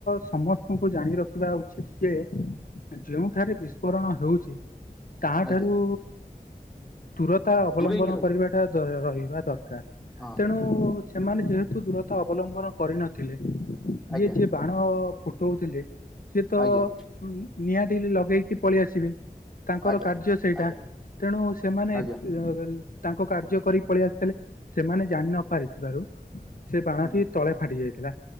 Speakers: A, on the left (about 60°); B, in the centre.
A: ସମସ୍ତଙ୍କୁ ଜାଣି ରଖିବା ଉଚିତ ଯେ ଯେଉଁ ଯୋଉଠାରେ ବିସ୍ଫୋରଣ ହେଉଛି ତାହାଠାରୁ
B: ଆଜ୍ଞା
A: ଦୂରତା ଅବଲମ୍ବନ
B: ଦୂରେଇକି ରହି
A: କରିବାଟା ରହିବା ଦରକାର
B: ହଁ
A: ତେଣୁ ସେମାନେ ଯେହେତୁ ଦୂରତା ଅବଲମ୍ବନ କରିନଥିଲେ ଇଏ
B: ଆଜ୍ଞା
A: ଯିଏ ବାଣ ଫୁଟଉଥିଲେ ସିଏତ
B: ଆଜ୍ଞା
A: ନିଆଁଟି ଲଗେଇକି ପଳେଇ ଆସିବେ। ତାଙ୍କର
B: ଆଜ୍ଞା
A: କାର୍ଯ୍ୟ ସେଇଟା
B: ଆଜ୍ଞା
A: ତେଣୁ ସେମାନେ
B: ଆଜ୍ଞା ଆଜ୍ଞା
A: ତାଙ୍କ କାର୍ଯ୍ୟ କରି ପଳେଇ ଆସିଥିଲେ ସେମାନେ ଜାଣିନ ପାରିଥିବାରୁ ସେ ବାଣଟି
B: ହୁଁ
A: ତଳେ ଫାଟି ଯାଇଥିଲେ।